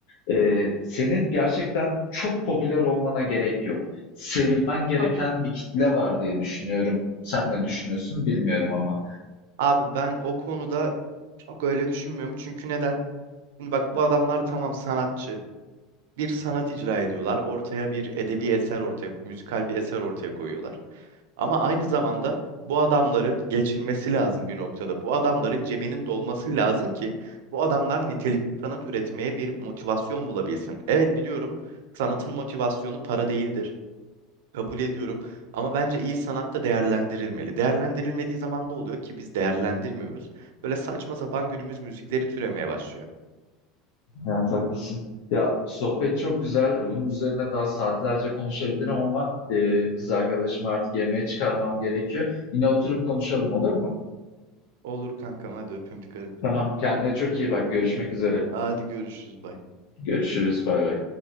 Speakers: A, on the left; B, on the right.
A: Eee, senin gerçekten çok popüler olmana gerek yok. Sevilmen gereken
B: Abi,
A: bir kitle var diye düşünüyorum. Sen ne düşünüyorsun bilmiyorum ama.
B: abi ben o konuda çok öyle düşünmüyorum. Çünkü neden? Şimdi bak bu adamlar tamam sanatçı. Bir sanat icra ediyorlar. Ortaya bir edebi eser ortaya, müzikal bir eser ortaya koyuyorlar. Ama aynı zamanda bu adamların geçinmesi lazım bir noktada. Bu adamların cebinin dolması lazım ki bu adamlar nitelikli sanat üretmeye bir motivasyon bulabilsin. Evet biliyorum sanatın motivasyonu para değildir. Kabul ediyorum. Ama bence iyi sanatta değerlendirilmeli. Değerlendirilmediği zaman ne oluyor ki biz değerlendirmiyoruz. Böyle saçma sapan günümüz müzikleri türemeye başlıyor.
A: Evet, haklısın. Ya sohbet çok güzel. Bunun üzerine daha saatlerce konuşabilirim ama, eee, kız arkadaşımı artık yemeğe çıkarmam gerekiyor. Yine oturup konuşalım olur mu?
B: Olur kankam hadi öpüm dikkat et.
A: Tamam, kendine çok iyi bak. Görüşmek üzere.
B: Hadi görüşürüz. Bye.
A: Görüşürüz. Bay bay.